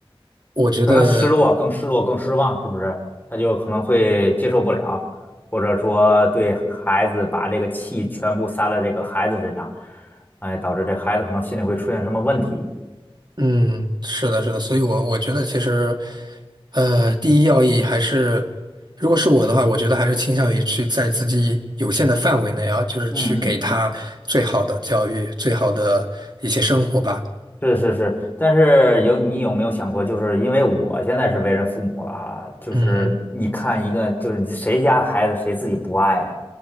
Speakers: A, on the right (about 50°); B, on the left (about 20°).
A: 我觉得。
B: 可能失落，更失落，更失望，是不是？他就可能会接受不了，或者说对孩子把这个气全部撒在这个孩子身上，哎，导致这孩子可能心里会出现什么问题。
A: 嗯，是的，是的，所以我我觉得其实，呃，第一要义还是，如果是我的话，我觉得还是倾向于去在自己有限的范围内啊，就是去给他最好的教育，
B: 嗯
A: 最好的一些生活吧。
B: 是是是，但是有你有没有想过，就是因为我现在是为人父母了哈，就是你看一个，
A: 嗯，
B: 就是你谁家孩子谁自己不爱呀，